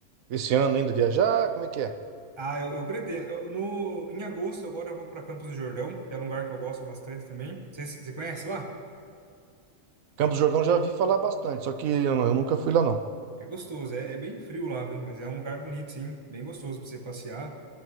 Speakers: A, on the right; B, on the right.
A: esse ano ainda viajar, como é que é?
B: Ah, eu, eu pretendo. eu- no, em agosto, agora eu vou para Campos do Jordão, que é um lugar que eu gosto bastante também. Você você conhece lá?
A: Campos do Jordão já vi falar bastante, só que eu, não- eu nunca fui lá, não.
B: É gostoso, é, é bem frio lá, viu? Mas é um lugar bonito, sim, bem gostoso para você passear.